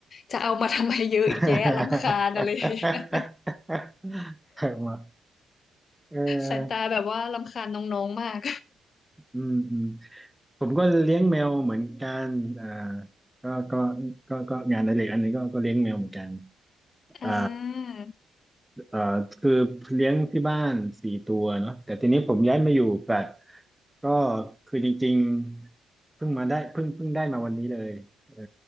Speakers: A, on the left; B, in the centre.
A: จะเอามาทำไมเยอะแยะรำคาญอะไรอย่างเงี้ย
B: <laughs> เอามาเออ
A: สายตาแบบว่ารำคาญน้องๆมาก
B: อืมอืม ผมก็เลี้ยงแมวเหมือนกันอ่าก็ก็ก็ก็งานอดิเรกอันนี้ก็ก็เลี้ยงแมวเหมือนกันอ่า
A: อ่า
B: เอ่อคือเลี้ยงที่บ้านสี่ตัวเนาะแต่ทีนี้ผมย้ายมาอยู่แฟลตก็คือจริงๆเพิ่งมาได้เพิ่งเพิ่งได้มาวันนี้เลยเออ